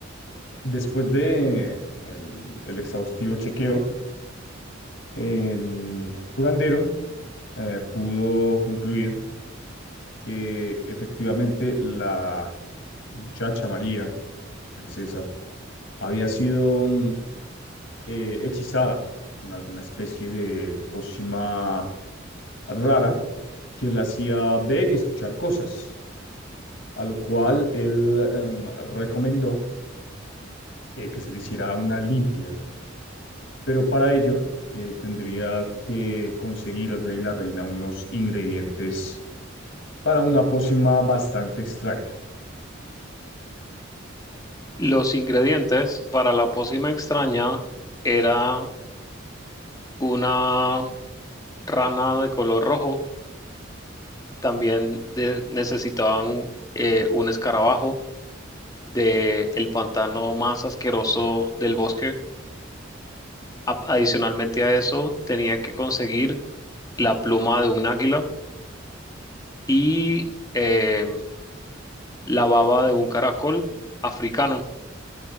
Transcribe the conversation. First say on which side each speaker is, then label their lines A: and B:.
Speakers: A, on the left; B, on the left.
A: después de el el exhaustivo chequeo, El curandero eh, pudo concluir que efectivamente la muchacha María, princesa, había sido mm, eh, hechizada con alguna especie de pócima rara que la hacía ver y escuchar cosas, a lo cual él em, recomendó eh, que se le hiciera una limpia. Pero para ello eh, tendría que conseguir el rey y la reina unos ingredientes para una pócima bastante extraña. <clears throat>
B: Los ingredientes para la pócima extraña eran una rana de color rojo, También de- necesitaban eh, un escarabajo de el pantano más asqueroso del bosque. A- adicionalmente a eso, tenía que conseguir la pluma de un águila y em, la baba de un caracol africano.